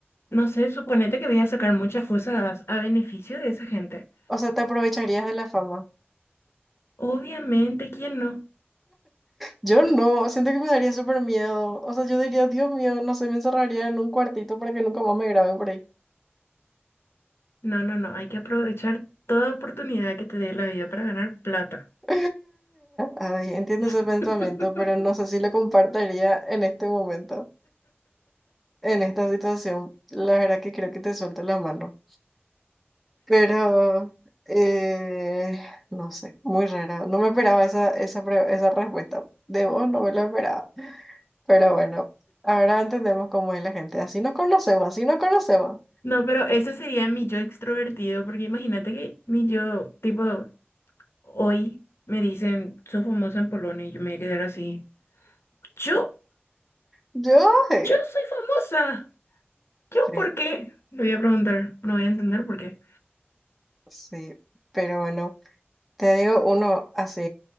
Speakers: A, on the left; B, in the centre.
A: no sé, suponete que voy a sacar muchas cosas a beneficio de esa gente.
B: O sea, te aprovecharías de la fama.
A: Obviamente, ¿quién no?
B: Yo no, siento que me daría súper miedo. O sea, yo diría, Dios mío, no sé, me encerraría en un cuartito para que nunca más me grabe por ahí.
A: No, no, no, hay que aprovechar toda oportunidad que te dé la vida para ganar plata.
B: <laughs> Ay, entiendo ese
A: <laughs>
B: pensamiento, pero no sé si lo compartiría en este momento, en esta situación. La verdad que creo que te suelto la mano. Pero, eh, no sé, muy rara. No me esperaba esa, esa, pre- esa respuesta. De vos no me lo esperaba. Pero bueno, ahora entendemos cómo es la gente. Así nos conocemos, así nos conocemos.
A: No, pero ese sería mi yo extrovertido, porque imagínate que mi yo, tipo, hoy me dicen, sos famosa en Polonia, y yo me voy a quedar así. ¿Yo?
B: Yo, eh,
A: ¿Yo soy famosa? ¿Yo
B: sí,
A: por qué? Le voy a preguntar, no voy a entender por qué.
B: sí. Pero bueno, te digo uno así,